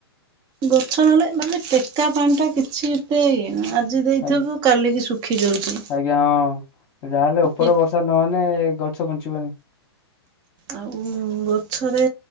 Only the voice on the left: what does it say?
ଆଜ୍ଞା
ଆଜ୍ଞା ହଁ ଯାହାହେଲେ ଉପର
ବର୍ଷା ନହେଲେ ଏ ଗଛ ବଞ୍ଚିବନି।